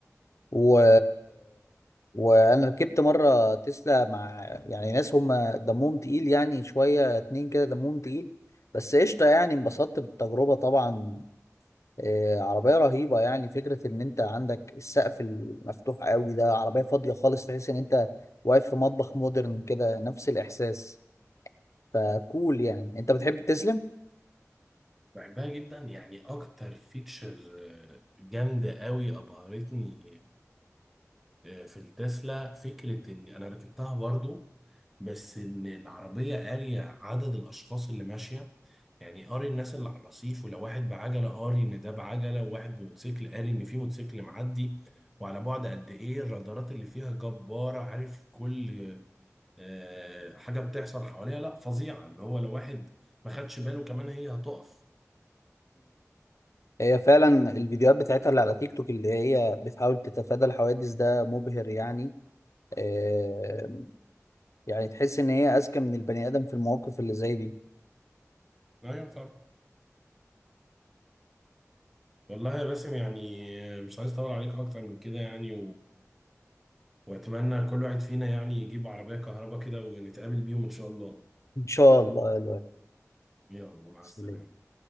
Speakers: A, on the left; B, in the centre.
A: و... وأنا ركبت مرة تسلا مع يعني ناس هم دمهم تقيل يعني شوية اتنين كده دمهم تقيل بس قشطة يعني انبسطت بالتجربة طبعا آه، عربية رهيبة يعني فكرة إن أنت عندك السقف المفتوح قوي ده عربية فاضية خالص تحس إن أنت واقف في مطبخ مودرن كده نفس الإحساس فكول يعني أنت بتحب تسلا؟
B: بحبها جدا يعني اكتر فيتشر آه، جامدة قوي ابهرتني في التسلا فكرة إن أنا ركبتها برضو بس إن العربية قارية عدد الأشخاص اللي ماشية يعني قاري الناس اللي على الرصيف ولو واحد بعجلة قاري إن ده بعجلة وواحد بموتوسيكل قاري إن في موتوسيكل معدي وعلى بعد قد إيه الرادارات اللي فيها جبارة عارف كل آه، حاجة بتحصل حواليها لا فظيعة اللي هو لو واحد ما خدش باله كمان هي هتقف
A: هي فعلا الفيديوهات بتاعتها اللي على تيك توك اللي هي بتحاول تتفادى الحوادث ده مبهر يعني آه يعني تحس ان هي اذكى من البني ادم في المواقف اللي زي دي
B: أيوة طبعا والله يا باسم يعني آه، مش عايز أطول عليك أكتر من كده يعني واتمنى كل واحد فينا يعني يجيب عربية كهرباء كده ونتقابل بيهم ان شاء الله
A: ان شاء الله يا
B: يلا مع السلامة
A: لؤي.